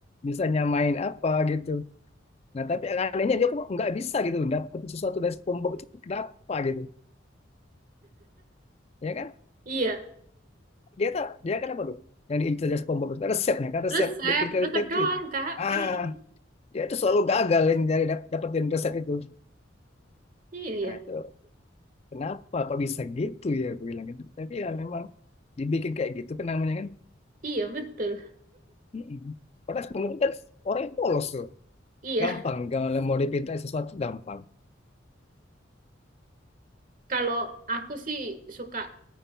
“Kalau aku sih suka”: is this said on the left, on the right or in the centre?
Right